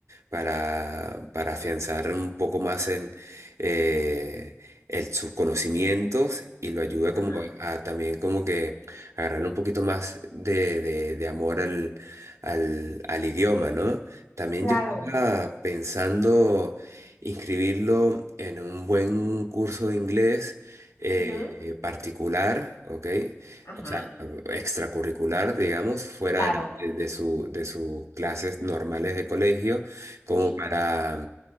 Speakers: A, on the right (about 85°); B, on the left (about 85°).
A: para, para afianzar un poco más el, eh, el- sus conocimientos y lo ayuda
B: Ajá.
A: como a, a también como que agarrar un poquito más de, de- de amor al, al, al idioma, ¿no? También
B: Claro.
A: yo estaba pensando inscribirlo en un buen curso de inglés eh,
B: ujú,
A: eh, particular, ¿ok?
B: Ajá.
A: O sea, extracurricular, digamos, fuera
B: Claro.
A: de, la- de- de su, de sus clases normales de colegio como
B: Sí.
A: para,